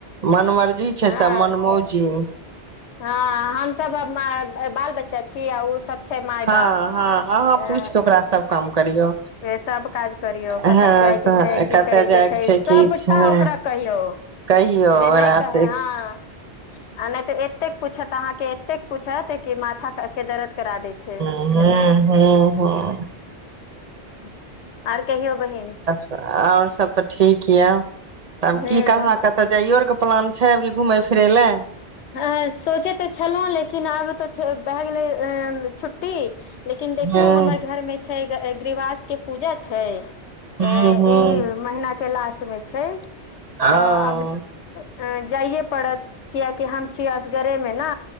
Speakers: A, on the right; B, on the left.
A: मन मर्जी छै
B: हँ
A: सम मन मौजी
B: हँ हमसब बाल बच्चा छीय आ उसब छै माय
A: हँ
B: बाप
A: हँ अहाँ
B: अं
A: पूछि कऽ ओकरा सब काम करियौ
B: सब काज करियौ कतय
A: हँ
B: जाय के छै की
A: कतय
B: करय
A: जायके
B: के छै सबटा
A: की छै
B: ओकरा कहियौ
A: कहियौ
B: जे
A: ओकरा
B: नहि कहे
A: से
B: आहाँ
A: हूँ
B: आ नहि तऽ एतेक पूछत अहाँके एतेक पूछत कि माथा के दर्द करा दै छै
A: <unintelligible>
B: <inaudible> आर कहियो बहिन
A: और सब तऽ ठीक यऽ तब
B: हूँ
A: की कहाँ तऽ जाइयोर के प्लान छै अभी घूमय फिरय लए
B: ह सोचे तऽ छलहुँ लेकिन आब तऽ भए गेलै छुट्टी लेकिन देखियौ
A: हूँ
B: हमर घरमे गृहवासके पूजा छै अ
A: हूँ हूँ
B: एहि महीना के लास्ट मे छै <inaudible>
A: ओ
B: तऽ आब अ जाइये पड़त कि हम छी असगरे मे ने